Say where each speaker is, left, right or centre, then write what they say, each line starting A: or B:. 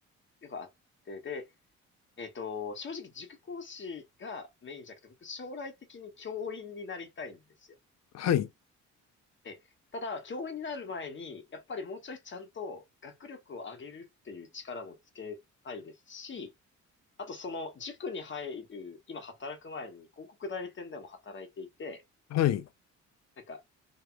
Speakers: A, on the left (about 40°); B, on the left (about 60°).
A: よくあって、で、えっと、正直塾講師がメインじゃなくて、僕将来的に教員になりたいんですよ。
B: はい、
A: で、ただ、教員になる前に、やっぱりもうちょいちゃんと学力を上げるっていう力もつけたいですし、あとその塾に入る、今働く前に広告代理店でも働いていて、
B: はい。
A: なんか、